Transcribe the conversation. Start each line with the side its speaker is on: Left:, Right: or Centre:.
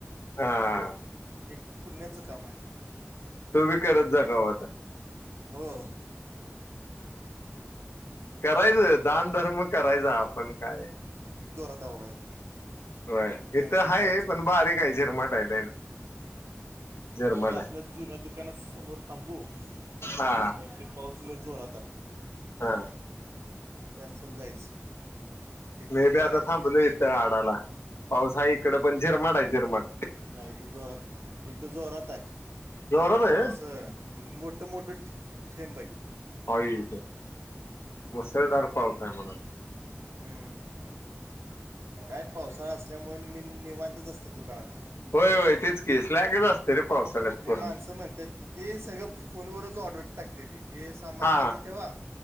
Left: हा..
Right: एक पुण्याचं काम आहे
Left: तू बी करत जा कवा तर..
Right: हो...
Left: करायचं... दान धर्म करायचा आपण काय...
Right: दबर...
Left: होय
Right: कॅन्सल
Left: इथं हाय
Right: जायचं
Left: पण बारीक आहे झिरमाट आहे लय नाही झिरमाट
Right: मी म्हटलं आपल्या
Left: आहे
Right: जुन्या दुकाना समोर थांबू कारण
Left: हा
Right: ते पाऊसने जोरात आहे
Left: हा
Right: कॅन्सल जायचं इथंच
Left: मी
Right: बरं
Left: बी आता
Right: आहे आपलं
Left: थांबलो इथ आडाला पाऊस आहे कि कडे पण झिरमड आहे झिरमड
Right: नाही तर जोरात इथ जोरात आहे
Left: जोरात आहे
Right: असं मोठ मोठं थेंब आहे
Left: हयच मुसळधार पाऊस आहे म्हणायचं..
Right: हम्म काय पावसाळा असल्यामुळे निवांतच असते दुकानात...
Left: होय होय तेच की स्लॅग असत रे... पावसाळ्यात
Right: ते
Left: पूर्ण
Right: माणसं म्हणतात ते सगळं फोनवरच ऑर्डर टाकते ती... हे सामान
Left: हा
Right: काढून ठेवा...